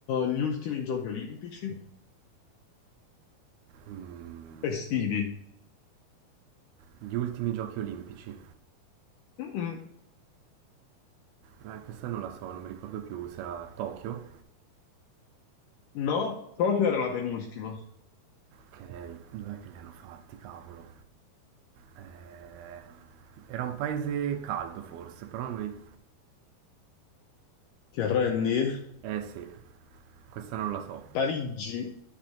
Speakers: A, on the left (about 70°); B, on the right (about 80°).
A: gli ultimi giochi olimpici
B: Mm,
A: estivi?
B: gli ultimi giochi olimpici.
A: Mm,
B: Eh, questa non la so, non mi ricordo più, se era a Tokyo.
A: no, Tokyo era la penultima.
B: Ok, dov'è che li hanno fatti, cavolo? Eh, era un paese caldo forse, però non mi...
A: Ti arrendi?
B: Eh sì, questa non la so.
A: Parigi,